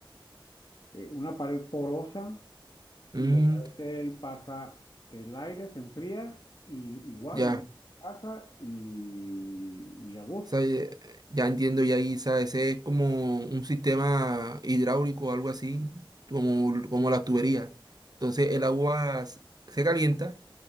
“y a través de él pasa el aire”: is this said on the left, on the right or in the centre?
Left